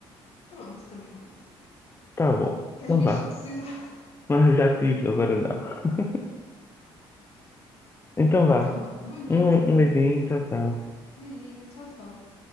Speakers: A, on the left; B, on the left.
A: Pronto, também conta.
B: Tá bom.
A: Queres
B: Então
A: bichos
B: vá.
A: da sociedade?
B: <laughs> Mas já tive, agora não.
A: <laughs>
B: Então
A: Está bem,
B: vá.
A: então vá, boa noite.
B: Um, um beijinho, tchau, tchau.
A: Beijinho, tchau, tchau.